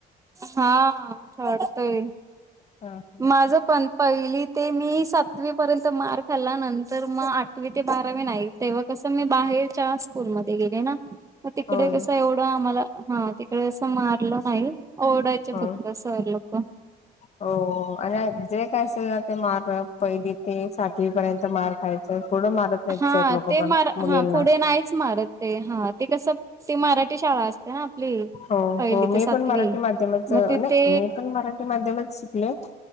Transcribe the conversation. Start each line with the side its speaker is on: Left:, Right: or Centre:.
Right: हा वाटतय
Left: हा
Right: माझं पण पहिली ते मी सातवी पर्यंत मार खाल्ला नंतर मग <inaudible> ते बारावी नाही तेव्हा कसं मी बाहेरच्या स्कूलमध्ये गेले ना मग तिकडे
Left: होय
Right: कस एवढं आम्हाला हा तिकडे अस मारलं नाही ओरडाय.. चे
Left: हो
Right: फक्त सर लोकं
Left: हो आणि जे काय असेल ते मार पहिली ते सातवी पर्यंत मार खायचं थोडं मारत नाहीत
Right: हा
Left: सर लोक
Right: ते
Left: पण
Right: मार
Left: मुलींना
Right: हा पुढे नाहीच मारत ते हा ते कस ती मराठी शाळा असते ना आपली
Left: हो
Right: पहिली
Left: हो
Right: ते
Left: मी
Right: सातवी
Left: पण मराठी माध्यमच नाही
Right: मग तिथे
Left: मी पण मराठी माध्यमच शिकले